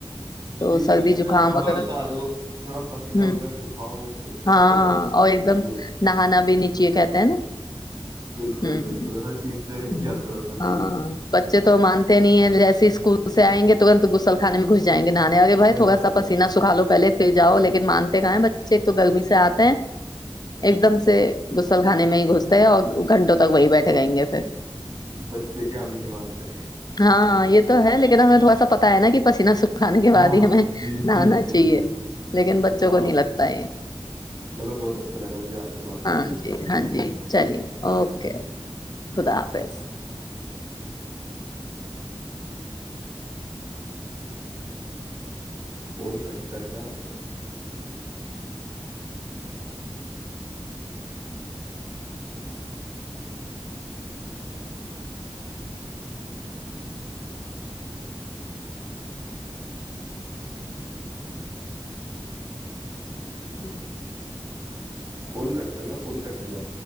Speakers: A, on the left; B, on the right.
A: تو
B: جی
A: سردی
B: یہ کہ جیسے
A: زکام
B: آپ باہر
A: وغیرہ
B: سے آ رہے ہو تھوڑا پسینہ
A: ہوں
B: وغیرہ سکھاؤ پھر
A: ہاں
B: اس کے بعد
A: اور ایک دم
B: پیو
A: نہانا بھی نیچے کہتے ہیں نا
B: بالکل
A: ہ
B: بالکل
A: ہ
B: ہر چیز سے احتیاط برتنا
A: ہاں
B: چاہیے
A: بچے تو مانتے نہیں ہیں جیسے اسکول سے آئ گے ترن گسل خان میں گھس جائیںے نانے آگے بائی
B: بچ
A: تھوڑا سا پینہ سکھا لو پہے پے جاؤ لن مانتے کہیں بس ب ایک تو گرمی سے آتے ہیں ایک دم سے گ ل خانے میں ہی گھستے ہے اور گھنٹوں تک وہی بیٹھے گیں گے
B: بچے کیا ہمیں نہیں مانتے
A: ہاں یہ تو ہے لیکن ہمیں تھوڑاتا ہے نا پسین س کھانے کے بعد
B: ہاں
A: ہی ہمیں
B: جی
A: نہانا
B: جی جی
A: چاہیے
B: جی
A: لیکن بچوں
B: ہاں
A: کو نہیں لگتا یہ
B: چلو بہت اچھا لگا مجھے آپ سے بات کر
A: ہاں
B: کے ان
A: جی
B: شاء اللہ
A: ہاں
B: پھر
A: جی
B: بات ہوی
A: چلیے
B: اللہ
A: اوکے
B: حافظ
A: خدا حافظ
B: کوول کٹ کرنے ہو
A: جی
B: کول کٹ کرنا کول کٹ نہیں ہوا